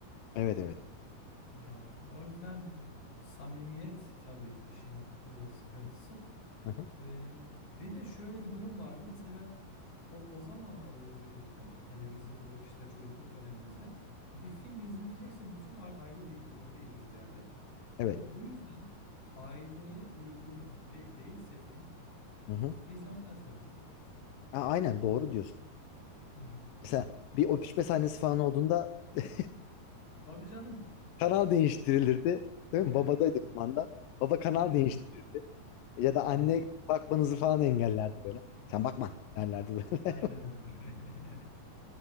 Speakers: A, on the left (about 70°); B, on the left (about 50°).
A: Evet evet.
B: Yani o yüzden b- samimiyet tabii işin e, sıkıntısı.
A: Hı hı.
B: E, bir de şöyle bir durum vardı. Mesela o o zamanlar özellikle hani bizim bu işte çocukluk dönemimizde bir film izlenecekse bütün a- aile bir, birlikte iz- izlerdi.
A: Evet.
B: Ve bu yüzden aileye uygun de- değilse film
A: Hı hı.
B: izlenmezdi abi.
A: Ha, aynen doğru diyorsun.
B: Hı hı.
A: Mesela bir öpüşme sahnesi falan olduğunda <laughs>
B: Tabii canım.
A: kanal değiştirilirdi.
B: <laughs>
A: Değil mi? Babadaydı kumanda. Baba kanal
B: Aynen
A: değiştirirdi.
B: öyle.
A: Ya da
B: Hı hı.
A: anne bakmanızı falan engellerdi böyle. Sen bakma derlerdi.
B: Aynen
A: <laughs>
B: öyle. <laughs>